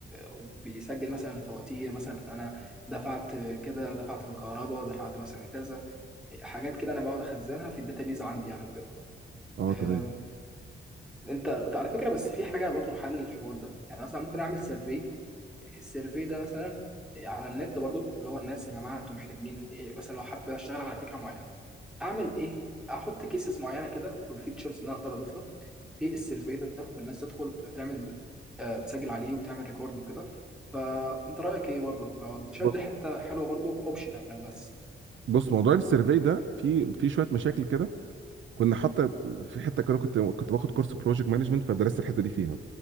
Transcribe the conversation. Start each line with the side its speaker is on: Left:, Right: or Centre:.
Centre: وبيسجل مثلا فواتير مثلا انا دفعت كده دفعت الكهرباء دفعت مثلا كذا حاجات كده انا بقعد اخزنها في الداتابيز عندي يعني وكده
Right: اه
Centre: أم،
Right: تمام
Centre: انت على فكره بس في حاجه برضو حل للحوار ده يعني مثلا ممكن اعمل سيرفي السيرفي ده مثلا آه، على النت برضو اللي هو الناس يا جماعه انتوا محتاجين ايه مثلا لو حابب اشتغل على فكره معينه اعمل ايه احط كيسز معينه كده في الفيتشرز اللي انا اقدر اضيفها في السيرفي ده والناس تدخل تعمل آه، تسجل عليه وتعمل ريكورد وكده فانت رايك ايه برضو شايف
Right: بص
Centre: دي حته حلوه برضو اوبشنال بس
Right: بص موضوع السيرفي ده في في شويه مشاكل كده كنا حتى في حته كده كنت كنت باخد كورس بروجكت مانجمنت فدرست الحته دي فيها